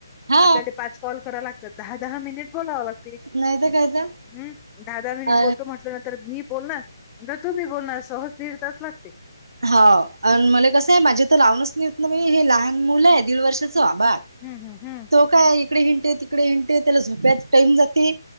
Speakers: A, on the right; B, on the left.
A: हा
B: आपल्याकडे पाच कॉल करावे लागतात, दहा दहा मिनिट बोलावं लाग
A: नाही तर काय तर
B: हम्म, दहा दहा मिनिट
A: अ
B: बोलतो ना म्हटलं ना तर मी बोलणार, नंतर तूबी बोलणार, सहज दीड तास लाग
A: हा आणि मले कसं आहे माझे तर लावूनच नाहीत ना म हे लहान मुलं आहे दीड वर्षाचं बा
B: हम्म हम्म हम्म.
A: काय इकडे हिंडते, तिकडे हिंडते त्याला झोप्यायचं टाइम जाते.